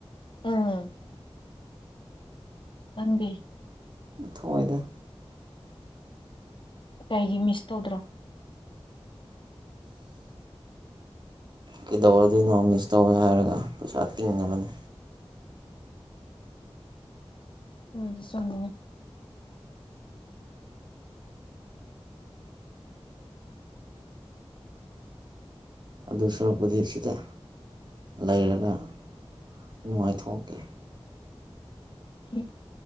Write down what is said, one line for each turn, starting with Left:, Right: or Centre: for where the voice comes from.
Left: ꯑꯧ ꯅꯪꯗꯤ
Right: ꯊꯣꯛꯑꯣꯏꯗ
Left: ꯀꯩꯒꯤ ꯃꯤꯁ ꯇꯧꯗ꯭ꯔꯣ
Right: ꯀꯩꯗꯧꯅꯗꯣꯏꯅꯣ ꯃꯤꯁ ꯇꯧꯋꯦ ꯍꯥꯏꯔꯒ ꯄꯩꯁꯥ ꯇꯤꯡꯅꯕꯅꯤ
Left: ꯑꯗꯨꯕꯨꯗꯤ ꯆꯨꯝꯃꯤꯅꯦ
Right: ꯑꯗꯨ ꯁꯨꯔꯛꯄꯨꯗꯤ ꯁꯤꯗ ꯂꯩꯔꯒ ꯅꯨꯡꯉꯥꯏꯊꯣꯛꯀꯦ
Left: ꯎꯝ